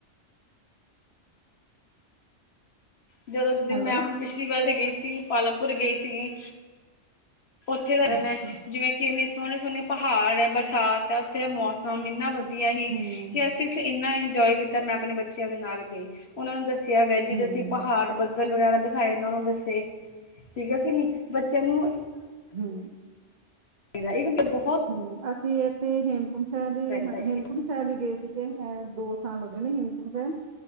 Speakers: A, on the left; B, on the right.
A: ਜਦੋਂ ਓ ਤੂ ਤੇ
B: ਹੈਲੋ
A: ਮੈਂਮ ਪਿਛਲੀ ਵਾਲੀ ਈ ਗਏ ਸੀ ਪਾਲਮਪੁਰ ਗਏ ਸੀ ਗੀ ਉੱਥੇ ਦਾ ਰਹਿੰਣਾ
B: ਅੱਛਾ
A: ਜਿਵੇਂ ਕਿੰਨੇ ਸੋਹਣੇ ਸੋਹਣੇ ਪਹਾੜ ਹੈ ਬਰਸਾਤ ਐ ਉੱਥੇ ਦਾ ਮੌਸਮ ਇੰਨਾ ਵਧੀਆ ਕਿ ਐ ਹੀ
B: ਹਮ
A: ਕੀ ਅਸੀਂ ਉੱਥੇ ਇੰਨਾ ਇੰਜੋਏ ਕੀਤਾ ਮੈਂ ਆਪਣੇ ਬੱਚਿਆਂ ਦੇ ਨਾਲ ਗਏ ਉਹਨਾਂ ਨੂੰ ਦੱਸਿਆ ਗਿਆ ਕੀ
B: ਹਮ
A: ਤੁਸੀਂ ਪਹਾੜ ਬਦ ਵਗੈਰਾ ਦਿਖਾਏ ਉਹਨਾਂ ਨੂੰ ਦੱਸੇ ਠੀਕ ਹੈ ਕਿ ਨੀ ਬੱਚਿਆਂ ਨੂੰ
B: ਹੂੰ
A: ਇਹ ਦਾ ਏਬਨ ਲੱਬੁ
B: ਹੂ ਅਸੀਂ ਐਤੇ ਏ ਹੇਮਕੁੰਡ ਸਾਹਿਬ
A: ਪੈਂਦਾ ਇਸ
B: ਹੇਮਕੁੰਡ
A: ਚੀਜ਼
B: ਫੈਮਲੀ ਈ ਗਏ ਸੀਗੇ ਹੈ ਦੋ ਸਾਲ ਹੋ ਗਏ ਨੇ ਹੇਮਕੁੰਮ ਸਾਹਿਬ